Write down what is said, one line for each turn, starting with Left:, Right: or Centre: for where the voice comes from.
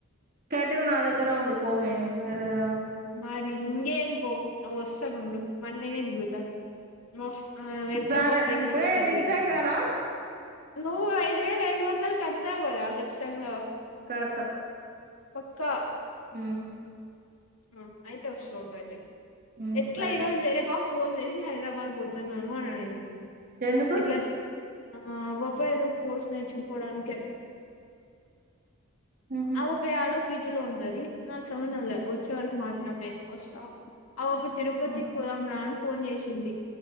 Right: కేటలే నా దగ్గర వంది పోమే వెరిదన
Left: మరి ఇంకేం పో వస్తానుండు మండెనే నేనే దిగుతా మా ఫ్రె ఆ ఎట్లా
Right: సరే
Left: మా ఫ్రెండ్ వస్తుంది
Right: ఏ నిజంగానా
Left: నువ్ ఐదువేల ఐదువందల్ కడతావ్ కదా ఖచ్చితంగా
Right: కడత
Left: పక్క
Right: ఉమ్
Left: ఆ అయితే వస్తా ఉండు అయితే
Right: ఉమ్
Left: ఎట్లా
Right: సరే
Left: ఈ రోజు వేరే ప ఫోన్ చేసి హైదరాబాద్ పోతున్నాను అని అనిన్ది
Right: ఎందుకు
Left: ఇట్లా ఆ పాప ఏదో కోర్స్ నేర్చుకోవడానికే.
Right: హు హూ
Left: ఆ పాప యాడో పిజిలో ఉంటది. నాకు సంబంధం లే వచ్చే వరకు మాత్రమే వస్తా. ఆ పాప తిరుపతికి
Right: ఉ
Left: పోదాం రా అని ఫోన్ చేసింది